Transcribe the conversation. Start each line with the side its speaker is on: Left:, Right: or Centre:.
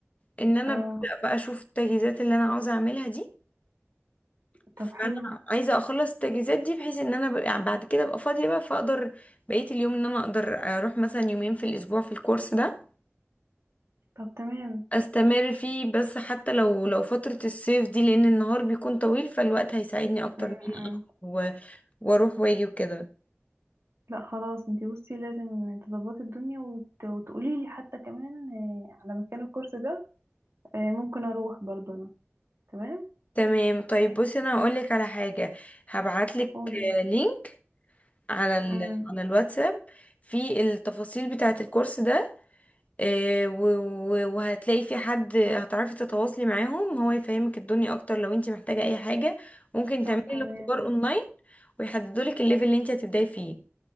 Left: ان انا
Right: اه
Left: ببدأ بقى اشوف التجهيزات اللي انا عاوزة اعملها دي فانا
Right: طب حلو
Left: عايزه اخلص التجهيزات دي بحيث ان انا ب- يعني بعد كده ابقى فاضيه بقى فاقدر بقيه اليوم ان انا اقدر اروح مثلا يومين في الاسبوع في الكورس ده
Right: طب تمام
Left: استمر فيه بس حتى لو لو فتره الصيف دي لان النهار بيكون طويل فالوقت هيساعدني اكتر
Right: مم.
Left: ان انا
Right: مم.
Left: أخرج و- واروح واجي وكده
Right: لا خلاص انتي بصي لازم تظبطي الدنيا وت... وتقولي لي حتى كمان آه، على مكان الكورس ده آه، ممكن اروح برضه انا تمام
Left: تمام طيب بصي انا هقولك على حاجه هبعتلك
Right: قولي
Left: آه، لينك على ال...
Right: مم.
Left: على الواتساب في التفاصيل بتاعه الكورس ده آه، و- و- وهتلاقي في حد هتعرفي تتواصلي معاهم هو يفهمك الدنيا اكتر لو انت محتاجة اي حاجة ممكن
Right: طب
Left: تعملي
Right: تمام
Left: الاختبار اونلاين ويحددوا لك الليفل اللي انت هتبداي فيه